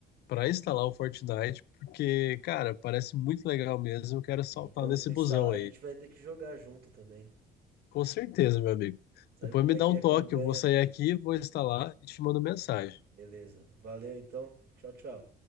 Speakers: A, on the left; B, on the right.
A: para instalar o Fortnite, porque, cara, parece muito legal mesmo. Eu quero saltar
B: E quando
A: nesse
B: tu instalar,
A: busão aí.
B: a gente vai ter que jogar junto também.
A: Com certeza, meu amigo.
B: Sabe
A: Depois
B: como
A: me
B: é
A: dá
B: que
A: um
B: é quando
A: toque.
B: ganha?
A: Eu vou sair aqui, vou instalar e te mando mensagem.
B: Beleza. Valeu então. Tchau, tchau.